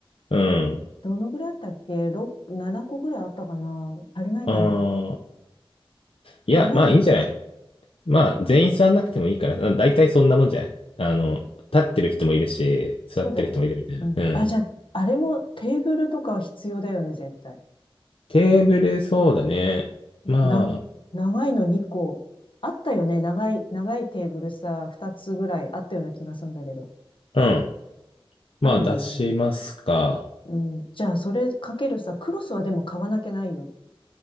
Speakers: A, on the left; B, on the left.
A: うん。
B: <laughs> どのぐらいあったっけ ?6、7個ぐらいあったかな足りないかな
A: ああ、いや、
B: 足りないよね。
A: まあいいんじゃないまあ、全員座んなくてもいいから、だいたいそんなもんじゃないあの、立ってる人もいるし、座ってる人もいるみたいな。
B: そうだよね。うん。
A: うん。
B: あ、じゃあ、あれもテーブルとか必要だよね、絶対。
A: テーブル、そうだね。ま
B: なん、長いの2個。あったよね。長い、長いテーブルさ、2つぐらいあったような気がするんだけど。
A: あ、うん。
B: あるよね。
A: まあ、出しますか。
B: うん。じゃあ、それかけるさ、クロスはでも買わなきゃないよ。